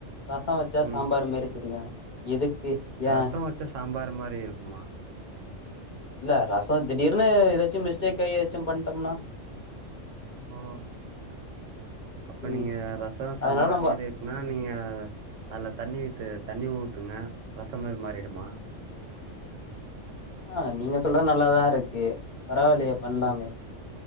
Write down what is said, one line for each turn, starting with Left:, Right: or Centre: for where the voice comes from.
Left: ரசோ வ ச்சா
Right: ம்
Left: சாம்பார் மாரி தெரியு எதுக்கு ஏ
Right: ரசோ வச்சா சாம்பார் மாரி இருக்குமா
Left: இல்ல ரசோ திடீர்னு ஏதாச்சு மிஸ்டேக் ஆகி ஏதாச்சு பண்ணிட்டோம்னா
Right: ஓ அப்ப
Left: ம்
Right: நீங்க ரசோ சாம்பார்
Left: அதனால நம்ம
Right: மாரி னா நீங்க அதில தண்ணி அதுல தண்ணி ஊத்துங்க ரசோ மாரி மாறிடுமா
Left: ஆ நீங்க சொல்றது நல்லாதா இருக்கு பரவாயில்லையே பண்லாமே
Right: ம்